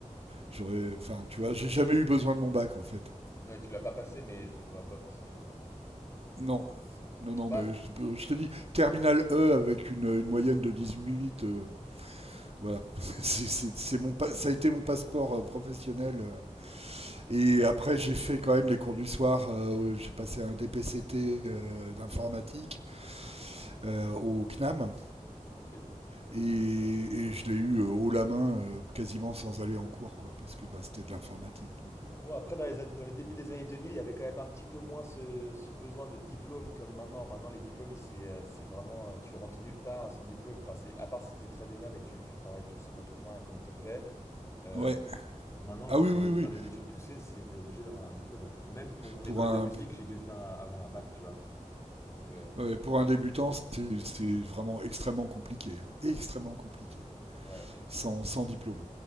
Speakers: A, on the right; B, on the left.
A: j'aurais. Enfin, tu vois, j'ai jamais eu besoin de mon bac en fait.
B: Ouais, tu l'as pas passé, mais tu n'en as pas forcément besoin, quoi.
A: Non, non, non,
B: Bah,
A: mais je, je te dis, terminal E avec une, une moyenne de 18, euh, voilà. <laughs> C'est- c'est- c'est mon, pa- ça a été mon passeport euh, professionnel. euh. Et après, j'ai fait quand même les cours du soir. euh, j'ai passé un DPCT euh, d'informatique euh, au CNAM.
B: ok.
A: Et, et je l'ai eu euh, haut la main, euh, quasiment sans aller en cours, quoi, parce que bah, c'était de l'informatique. Donc,
B: Ouais, après, dans les, dans les débuts des années 2000, il y avait quand même un petit peu moins ce, ce besoin de diplôme comme maintenant. Maintenant, les diplômes, c'est euh, c'est vraiment. euh, Tu rentres nulle part sans diplôme. Enfin, c'est- à part si t'es très démerde et que tu, tu travailles tout seul dans ton coin comme t'as fait. Euh,
A: euh, ouais.
B: maintenant,
A: Ah
B: si
A: oui,
B: tu
A: oui,
B: veux
A: oui.
B: faire des études poussées, c'est t'es obligé d'avoir un diplôme en fait. Même pour mon
A: Pour
B: école
A: un,
B: de musique, j'ai dû faire un- avoir un bac, tu vois. Donc euh,
A: ouais, pour un débutant, c'est c'est vraiment extrêmement compliqué, hein, extrêmement compliqué,
B: ouais,
A: sans, sans diplôme.